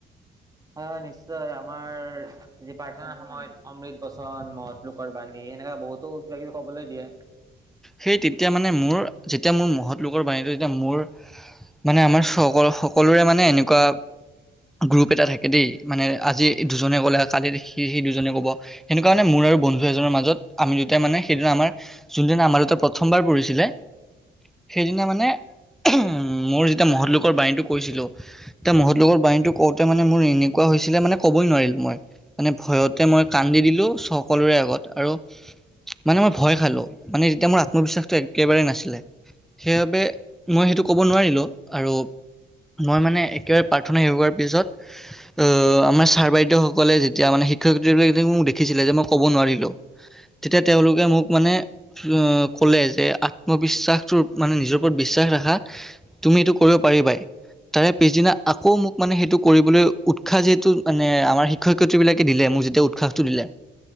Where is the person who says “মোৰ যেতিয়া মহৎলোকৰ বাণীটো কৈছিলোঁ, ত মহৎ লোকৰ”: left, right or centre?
Centre